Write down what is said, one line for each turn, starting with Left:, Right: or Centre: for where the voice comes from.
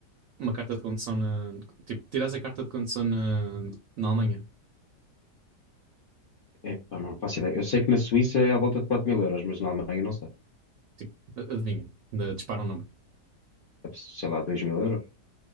Right: uma carta de condução na, tipo, tiras a carta de condução na, na Alemanha?
Left: Epá, não faço ideia. Eu sei que na Suíça é à volta de 4 mil euros, mas na Alemanha não sei.
Right: Tipo, a- adivinha, Da- dispara um número.
Left: Sei lá, dois mil euros.